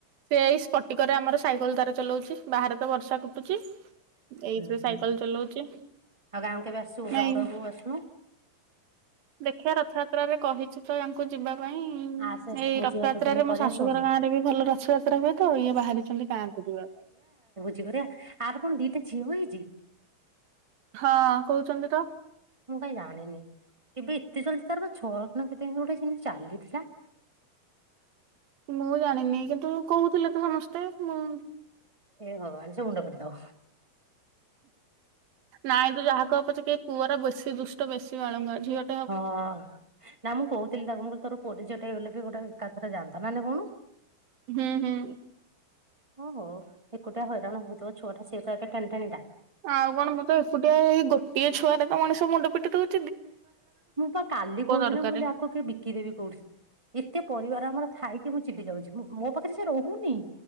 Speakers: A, on the right (about 70°); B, on the right (about 25°).
A: ସେ ଏଇ ସ୍ପଟିକରେ ଆମର ସାଇକେଲ ତାର ଚଲଉଚି। ବାହାରେ ତ ବର୍ଷା ପକଉଚି। ଏଇଥିରେ
B: ହୁଁ
A: ସାଇକେଲ
B: ହୁଁ
A: ଚଲଉଚି।
B: ଆଉ ଗାଁକୁ କେବେ ଆସିବୁ
A: ନାଇଁ
B: ବାହୁଡାକୁ ଆସୁନୁ
A: ଦେଖିବା ରଥଯାତ୍ରାରେ କହିଚି ତ ଆଙ୍କୁ ଯିବା ପାଇଁ
B: ଆସେ
A: ଏଇ
B: ଭୋଜି
A: ରଥଯାତ୍ରାରେ
B: ଭାତ ଦିନେ
A: ମୋ
B: କରିବା
A: ଶାଶୁଘର
B: ସୋଲ
A: ଗାଁ ରେ ବି ଭଲ ରଥଯାତ୍ରା ହୁଏ ତ ଇଏ ବାହାରିଚନ୍ତି ଗାଁ କୁ ଯିବା ପାଇଁ।
B: ୟେ କରିବା। ଆର କଣ ଦିଟା ଝିଅ ହେଇଚି?
A: ହଁ କହୁଚନ୍ତି ତ।
B: ମୁଁ କାଇଁ ଜାଣିନି। ଏବେ ଏତେ ଜଲଦି ତାର ବା ଛଅର ନା କେତେ ଏମିତି ଗୋଟେ ଏମିତି ଚାଲିଥିଲା।
A: ମୁଁ ଜାଣିନି କିନ୍ତୁ କହୁଥିଲେ ତ ସମସ୍ତେ। ମୁଁ
B: ହେ ଭଗବାନ ସେ ମୁଣ୍ଡ ପିଟିଦବ।
A: ନାଇଁ ତୁ ଯାହା କହ ପଛକେ ପୁଅର ବେଶୀ ଦୁଷ୍ଟ ବେଶୀ ବାଳୁଙ୍ଗା ଝିଅ
B: ହଁ ନା ମୁଁ କହୁଥିଲି ତାକୁ ମୁଁ କହିଲି ତୋର ପୁଅଟେ ଝିଅଟେ ହେଇଗଲେ ବି ଗୋଟେ ଏକାଥରେ ଯାଆନ୍ତା। ନା ନାଇଁ କହୁନୁ?
A: ହୁଁ ହୁଁ।
B: ହୋ ହୋ ଏକୁଟଆ ହଇରାଣ ହଉଥିବ ଛୁଆଟା ସିଏ ତ ଟେଣି ଟେଣିଟା।
A: ଆଉ କଣ ମୁତ ଏକୁଟିଆ ଏଇ ଗୋଟିଏ ଛୁଆ ରେ ତ ମଣିଷ ମୁଣ୍ଡ ପିଟି ଦଉଛ
B: ମୁଁ ବା କାଲି କହୁଥିଲି
A: ଦରକାରେ।
B: ମୁଁ କଇଲି ଆକୁ କେ ବିକିଦେବି କୋଉଠି? ଏତେ ପରିବାର ଆମର ଥାଇକି ମୁଁ ଚିଡ଼ି ଯାଉଛି ମ୍ ମୋ ପାଖରେ ସେ ରହୁନି।